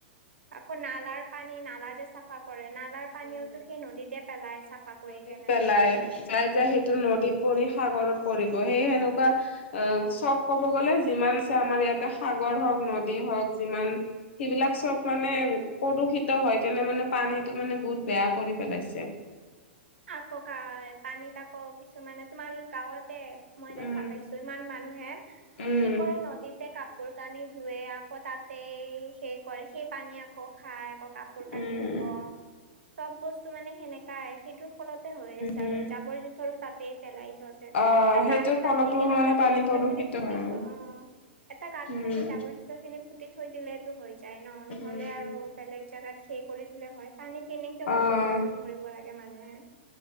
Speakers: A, on the right; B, on the left.
A: আকৌ নালাৰ পানী নালা যে চাফা কৰে। নালাৰ পানীওতো
B: উম,
A: সেই নদীতে পেলাই চাফা কৰি
B: নদীত
A: কেনে
B: পেলাই যাই, যাই সেইটো নদীত পৰি সাগৰত পৰিব। সেই সেনেকুৱা অ, চব ক'ব গ'লে যিমান আছে, আমাৰ ইয়াতে সাগৰ হওক নদী হওক যিমান সেইবিলাক চব মানে প্ৰদূষিত হয়, কেনে, মানে পান সেইটো মানে বহুত বেয়া কৰি পেলাইছে।
A: আকৌ কাই পানীত আকৌ কিছুমানে তোমাৰ গাঁৱত তে, মই দেখা
B: উম
A: পাইছো ইমান মানুহে
B: উম
A: কি কৰে নদীতে কাপোৰ, কানি ধুৱে আকৌ তাতে সেই কৰে, সেই পানী আকৌ খাই আকৌ। কাপোৰ,
B: উম
A: কানি ধুব চব বস্তু মানে সেনেকাই, সেইটো। ফলতে হৈ আছে
B: উম
A: আৰু জাবৰ, জোথৰো তাতেই পেলাই।
B: অ
A: ত,
B: সেইটোৰ
A: গাঁত খান্দি
B: ফলতো
A: কেনে
B: মানে
A: জাবৰ
B: পানী প্ৰদূষিত
A: খিনি পু,
B: হয়
A: থ, অ'। এটা গাঁত
B: উম
A: খানদি যাবৰ, জৰ খিনি ফুটি থৈ দিলেতটো হৈ যায় ন, নহলে
B: উম
A: আৰু বেলেগ জাগাত সেই কৰি দিলে হয়। পানী কিনি কিয়
B: অ
A: বা প্ৰদূষণ কৰিব লাগে মানুহে।